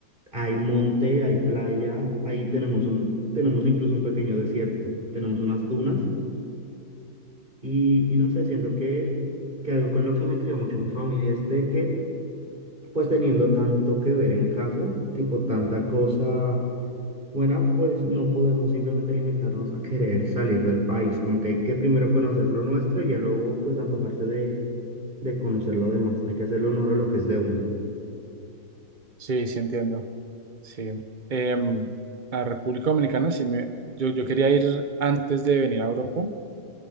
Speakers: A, on the right; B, on the right.
A: Hay monte, hay playa, ahí tenemos un, tenemos incluso un pequeño desierto, tenemos unas dunas y, y no sé, siento que, que algo con lo que me crió mucho mi familia es de que pues teniendo tanto que ver en casa, tipo tanta cosa buena, pues no podemos simplemente limitarnos a querer salir del país, como que hay que primero conocer lo nuestro y ya luego pues antojarse de, de conocer lo demás, hay que hacerle honor a lo que es de uno.
B: Sí, sí entiendo. Sí. Em, a República Dominicana sí me, yo, yo quería ir antes de venir a Europa,